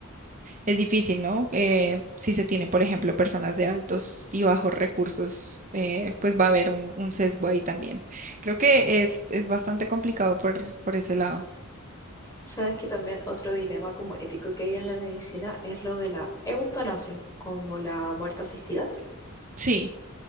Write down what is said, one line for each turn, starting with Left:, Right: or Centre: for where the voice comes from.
Right: es difícil, ¿no? Eh, si se tiene, por ejemplo, personas de altos y bajos recursos, eh, pues va a haber un, un sesgo ahí también. Creo que es, es bastante complicado por, por ese lado.
Left: Sabes que también otro dilema como ético que hay en la medicina es lo de la eutanasia, como la muerte asistida.
Right: Sí,